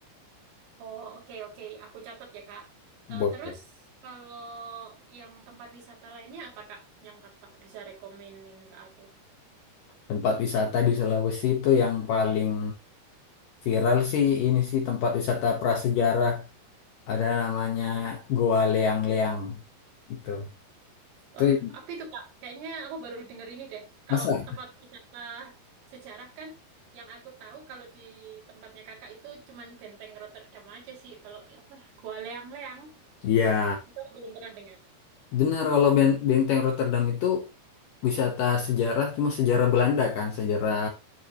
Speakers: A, on the right; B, on the left.
A: Oh oke oke, aku catat ya kak.
B: Boleh.
A: Eh, terus kalau yang tempat wisata lainnya apa kak yang kakak bisa rekomenin ke aku?
B: tempat wisata di Sulawesi itu yang paling viral sih ini sih tempat wisata prasejarah ada namanya Goa Leang-Leang gitu
A: Oh,
B: itu
A: apa itu Kak? Kayaknya aku baru dengar ini deh. Kalau
B: masa
A: tempat wisata sejarah kan yang aku tahu kalau di tempatnya Kakak itu cuman Benteng Rotterdam aja sih. Kalau apa Gua Leang-Leang
B: iya
A: itu aku belum pernah dengar.
B: Benar kalau Ben- Benteng Rotterdam itu wisata sejarah cuma sejarah Belanda kan, sejarah